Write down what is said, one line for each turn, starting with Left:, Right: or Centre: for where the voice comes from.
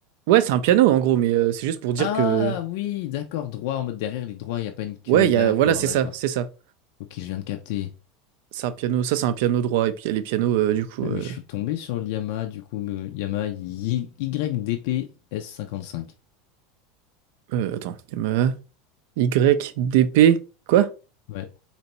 Right: Ouais, c'est un piano en gros, mais euh, c'est juste pour dire
Left: Ah
Right: que
Left: oui, d'accord, droit, en mode derrière les droits, il n'y a pas une queue.
Right: ouais, il
Left: D'accord,
Right: y a voilà, c'est
Left: d'accord.
Right: ça, c'est ça.
Left: Ok, je viens de capter.
Right: C'est un piano, ça c'est un piano droit, et puis il y a les pianos euh, du coup.
Left: Ouais,
Right: Euh...
Left: mais je suis tombé sur le Yamaha, du coup, le Yamaha Y- YDP s cinquante cinq.
Right: euh, attends, Yamaha YDP quoi?
Left: Ouais,